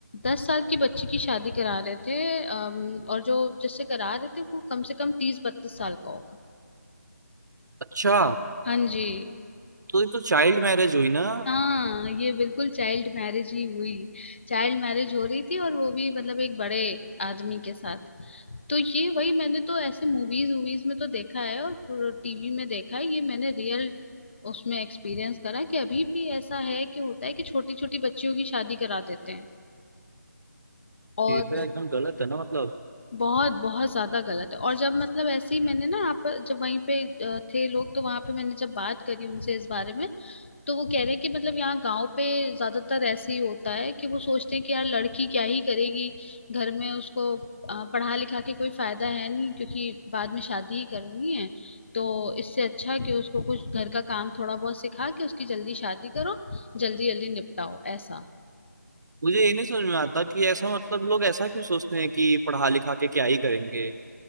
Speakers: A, on the left (about 40°); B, on the right (about 75°).
A: दस साल की बच्ची की शादी करा रहे थे अम, और जो जिससे करा रहे थे वो कम से कम तीस बत्तीस साल का होगा
B: अच्छा
A: हाँ जी
B: तो ये तो चाइल्ड मैरिज हुई ना
A: हाँ ये बिल्कुल चाइल्ड मैरिज ही हुई चाइल्ड मैरिज हो रही थी और वो भी मतलब एक बड़े आदमी के साथ तो ये वही मैंने तो ऐसे मूवीज वूवीज में तो देखा है और टीवी में देखा है ये मैंने रियल उसमें एक्सपीरियंस करा कि अभी भी ऐसा है कि होता है कि छोटी छोटी बच्चियों की शादी करा देते हैं और
B: ये तो एकदम गलत है ना मतलब
A: बहुत बहुत ज्यादा गलत है और जब मतलब ऐसे ही मैंने ना आप जब वहीं पे अ, थे लोग तो वहां पे मैंने जब बात करी उनसे इस बारे में तो वो कह रहे हैं कि मतलब यहाँ गांव पे ज्यादातर ऐसे ही होता है कि वो सोचते हैं कि यार लड़की क्या ही करेगी घर में उसको अ, पढ़ा लिखा के कोई फायदा है नहीं क्योंकि बाद में शादी ही करनी है तो इससे अच्छा है कि उसको कुछ घर का काम थोड़ा बहुत सिखा के उसकी जल्दी शादी करो जल्दी जल्दी निपटाओ ऐसा
B: मुझे ये नहीं समझ में आता कि ऐसा मतलब लोग ऐसा क्यों सोचते हैं कि पढ़ा लिखा के क्या ही करेंगे